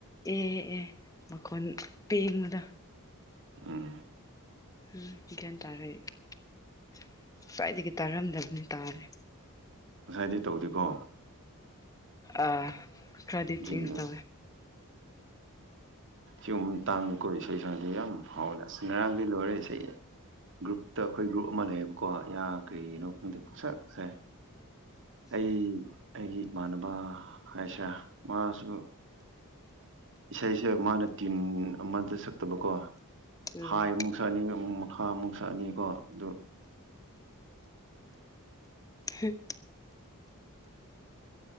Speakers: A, on the left; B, on the right.
A: ꯑꯦ ꯑꯦ ꯃꯈꯣꯟ ꯄꯦꯡꯕꯗ
B: ꯎꯝ
A: ꯎꯝ ꯒ꯭ꯌꯥꯟ ꯇꯥꯔꯦ ꯑꯩ ꯉꯁꯥꯏꯗꯒꯤ ꯇꯥꯔꯝꯗꯕꯅꯤ ꯇꯥꯔꯦ
B: ꯉꯁꯥꯏꯗꯤ ꯇꯧꯗꯦꯀꯣ
A: ꯑ ꯈꯔꯗꯤꯠ
B: ꯍꯧꯖꯤꯛ
A: ꯆꯦꯟꯖ ꯇꯧꯋꯦ
B: ꯌꯨꯝ ꯇꯥꯡꯗꯀꯣ ꯏꯁꯩ ꯁꯗꯤ ꯌꯥꯝ ꯐꯥꯎꯅꯤ ꯑꯁ ꯉꯔꯥꯡꯗꯤ ꯂꯣꯏꯔꯦ ꯏꯁꯩ ꯒ꯭ꯔꯨꯞꯇ ꯑꯩꯈꯣꯏ ꯒ꯭ꯔꯨꯞ ꯑꯃ ꯂꯩꯌꯦꯕꯀꯣ ꯌꯥ ꯀꯔꯤꯅꯣ ꯈꯪꯗꯦ ꯄꯨꯡꯁꯛ ꯁꯛ ꯑ ꯑꯩ ꯑꯩꯒꯤ ꯏꯃꯥꯟꯅꯕ ꯍꯥꯏꯁꯤꯔꯥ ꯃꯥꯁꯨ ꯏꯁꯩꯁꯦ ꯃꯥꯅ ꯇꯤꯝ ꯑꯃꯗ ꯁꯛꯇꯕꯀꯣ
A: ꯎꯝ
B: ꯍꯥꯏ ꯑꯃꯨꯛ ꯁꯛꯑꯅꯤ ꯑꯃꯨꯛ ꯃꯈꯥ ꯑꯃꯨꯛ ꯁꯛꯑꯅꯤꯀꯣ ꯑꯗꯨ
A: ꯍꯨ